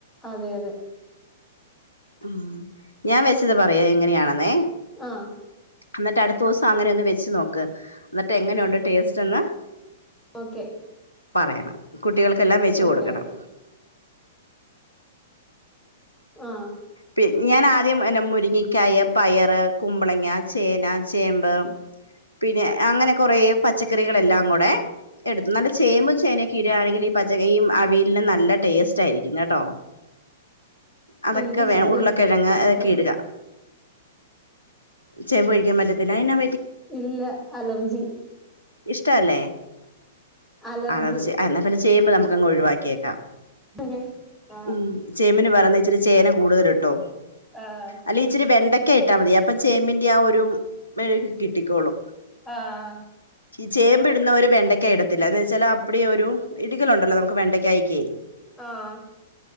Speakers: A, in the centre; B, on the left.
A: അതെ അതെ
B: ഉം ഞാൻ വെച്ചത് പറയാ എങ്ങനെയാണെന്നേ
A: ആഹ്
B: ന്നട്ട് അടുത്ത ദിവസം അങ്ങനെ ഒന്ന് വെച്ച് നോക്ക് എന്നിട്ട് എങ്ങനെയുണ്ട് ടേസ്റ്റ് എന്ന്
A: ഓക്കെ
B: പറയണം കുട്ടികൾക്കെല്ലാം വെച്
A: ഓക്കെ
B: കൊടുക്കണം
A: ഓക്കെ ആഹ്
B: പി ഞാൻ ആദ്യം എന്നെ മുരിങ്ങിക്കായ പയറ് കുമ്പളങ്ങ ചേന ചേമ്പ് പിന്നെ അങ്ങനെ കുറേ പച്ചക്കറികളെല്ലാം കൂടെ എടുത് നല്ല ചേമ്പും ചേനയൊക്കെ ഇടയാണെങ്കിൽ ഈ പച്ചകയും അവിയലിനെ നല്ല ടേസ്റ്റ് ആയിരിക്കും കേട്ടോ അതൊക്കെ
A: എനിക്ക്
B: വേ
A: ചെമ്പ്
B: ഉരുളക്കിഴങ്ങ്
A: കഴിക്കത്തില്ലട്ടോ
B: അതൊക്കെ ഇടുക ചെമ്പഴിക്കാൻ പറ്റത്തില്ല അഹ് നാ
A: ഇല്ല അലർജി
B: ഇഷ്ട അല്ലേ
A: അലർജി
B: ആലർജ് എന്നാ പിന്നെ ചേമ്പ് നമുക്കങ് ഒഴിവാക്കിയേക്കാം
A: ഉം ആഹ്
B: ഉം ചേമ്പിന് പകരം ച്ചിരി ചേന കൂടുതലിട്ടോ
A: ആഹ്
B: അല്ലെ ഇച്ചിരി വെണ്ടക്ക യിട്ടാമതി അപ്പം ചേമ്പിന്റെ ആ ഒരു മെഴക് കിട്ടിക്കോളും
A: ആഹ്
B: ചേമ്പ്ടുന്നൊരു വെണ്ട ക്ക ഇടത്തില്ല എന്ന് വെച്ചാൽ അപ്പടി ഒരു ഇട്കലുണ്ടല്ലോ നമക്ക് വെണ്ടക്കായിക്ക്
A: ആഹ്